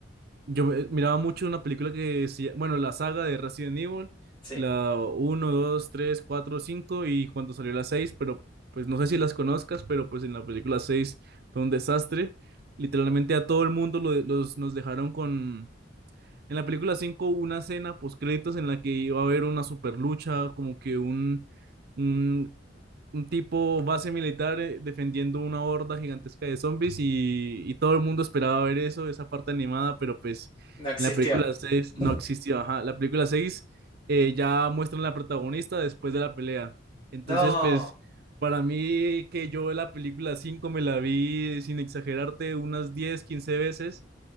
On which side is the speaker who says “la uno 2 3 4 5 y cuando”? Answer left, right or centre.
Right